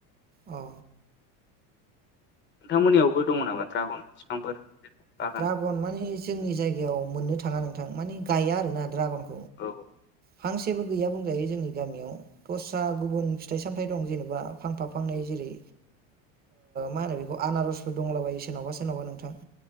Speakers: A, on the right; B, on the left.
A: औ
B: नोंथांमोननियावबो दङ नामा ड्रागन बिफांफोर बागान
A: दड्रागन माने जोंनि जायगायाव मोननो थाङा नोंथां मानिे गया आरो ना दड्रागनखौ।
B: औ औ
A: फांसेबो गैया बुंजायो जोंनि गामियाव दस्रा गुबुन फिथाइ सामथायाइ दं जेनेबा फांफा फांनै जेरै मा होनो बेखौ आनारसफोर दंलाबायो सोरनावबा सोरनावबा नोंथां